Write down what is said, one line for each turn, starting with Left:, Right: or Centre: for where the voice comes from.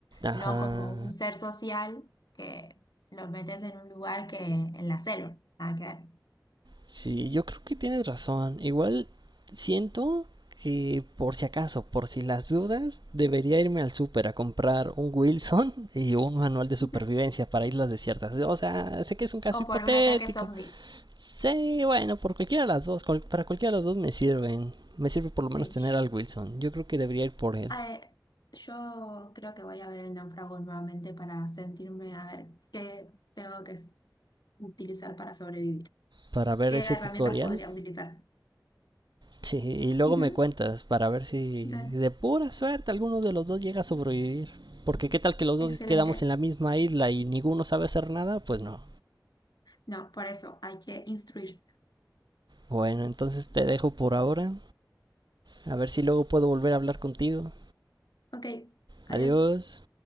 Right: Ajá.
Left: no como un ser social que lo metes en un lugar que en la selva, nada que
Right: Sí, yo creo que tienes razón. Igual siento que por si acaso, por si las dudas, debería irme al súper a comprar un Wilson y un manual de supervivencia
Left: ver.
Right: para islas desiertas. O sea, sé que
Left: <laughs>
Right: es un caso
Left: O
Right: hipotético.
Left: por un ataque zombie.
Right: Sí, bueno, por cualquiera de las dos, para cualquiera de las dos me sirven. Me sirve por lo menos
Left: Cringe.
Right: tener al Wilson. Yo creo que debería ir por él
Left: Eh, yo creo que voy a ver el náufrago nuevamente para sentirme a ver qué tengo que utilizar para sobrevivir.
Right: para ver
Left: ¿Qué
Right: ese
Left: herramientas
Right: tutorial
Left: podría utilizar?
Right: Sí, y luego
Left: Ujú,
Right: me cuentas para ver si
Left: dale,
Right: de pura suerte alguno de los dos llega a sobrevivir. Porque qué tal que los
Left: Excelente.
Right: dos quedamos en la misma isla y ninguno sabe hacer nada, pues no.
Left: No, por eso hay que instruirse.
Right: Bueno, entonces te dejo por ahora. A ver si luego puedo volver a hablar contigo.
Left: Ok,
Right: Adiós.
Left: adiós.